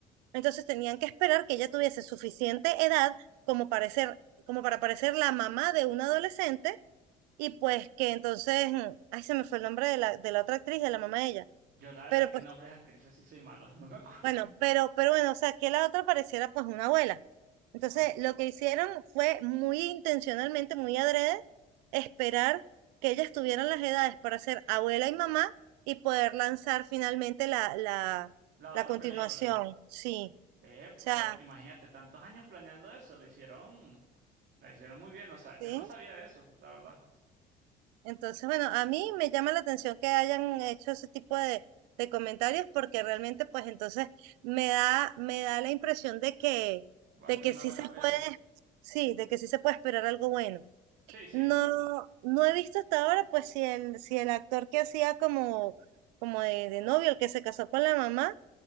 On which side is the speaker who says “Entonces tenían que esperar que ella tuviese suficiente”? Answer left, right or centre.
Right